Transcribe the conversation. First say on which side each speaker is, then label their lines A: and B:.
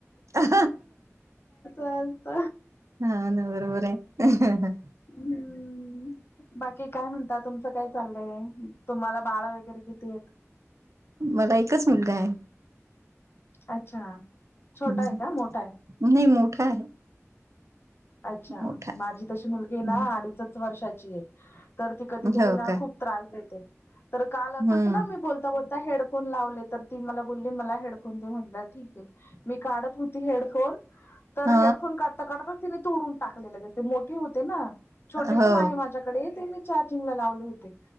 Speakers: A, on the right (about 70°); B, on the left (about 45°).
A: ह्
B: असत
A: हा ना बरोबर आहे.
B: हम्म बाकी काय म्हणत तुमचं काय चाललंय तुम्हाला बाळ वगैरे किती?
A: मला एकच मुलगा आहे.
B: अच्छा. छोटा
A: हम्
B: आहे का मोठा आहे
A: नाही मोठा आहे.
B: अच्छा
A: मोठा आहे
B: माझी तशी मुलगी आहे
A: हम्म,
B: ना अडीचच वर्षाची आहे तर ती कधी कधी
A: हो
B: ना
A: का
B: खूप त्रास देते तर काल
A: हम्म
B: असंच ना मी बोलता बोल. ता हेडफोन लावले तर ती मला बोलली मला हेडफोन दे म्हटलं ठीक आहे. मी काढत होती हेडफोन तर
A: ह
B: हेडफोन काढता काढता तिने तोडून टाकले दिसते मोठे होते ना छोटे
A: हो
B: पण आहे माझ्याक डे ते मी चार्जिंगला लावले होते